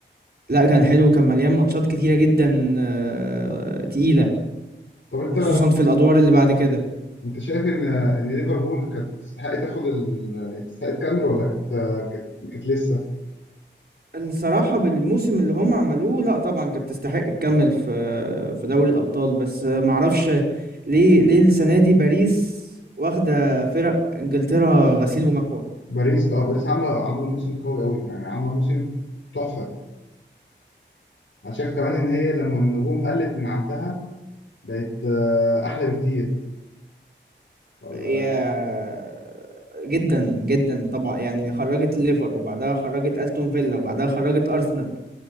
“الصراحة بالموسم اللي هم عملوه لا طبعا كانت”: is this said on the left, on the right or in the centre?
Right